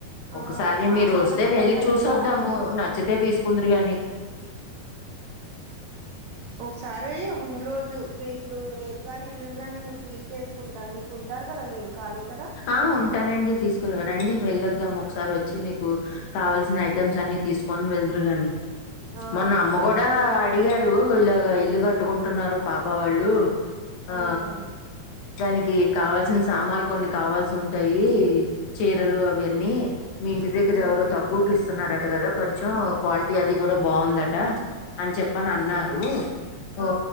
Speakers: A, on the right; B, on the left.
A: ఆ
B: ఒకసారి
A: ఈ తాంబూలానికి
B: మీరు వస్తే వెళ్ళి
A: పెట్టాలి
B: చూసి
A: కదా
B: వద్దాము నచ్చితే తీసుకుందరు గాని
A: ఒకసారి ముందు రోజు చే ఇప్పుడు రేప్ కాని ఎల్లుండుగాని ను వీల్ చేసుకుంటాన్ మీకుంటారు కదా మీరు కాలే కదా
B: ఆ ఉంటానండి తీసుకు రండి వెళ్ళొద్దాం ఒకసారి వచ్చి మీకు కావల్సిన ఐటమ్స్ అన్ని తీసుకొని వెల్దురు గానీ
A: ఆ
B: మొన్న అమ్మ గూడా డిగారు ఇలాగ ఇల్లు కట్టుకుంటున్నారు పాప వాళ్ళు
A: అవునవును
B: ఆ దానికి కావాల్సిన్ సామాల్ కొన్ని కావాల్సి ఉంటాయి చీరలు అవన్నీ మీ ఇంటి దగ్గర
A: ఉమ్
B: ఎవరో తక్కువకిస్తున్నారట గదా కొంచెం క్వాలిటీ అది గూడా బాగుందట అన్ చెప్పనన్నారు
A: ఆ
B: ఓ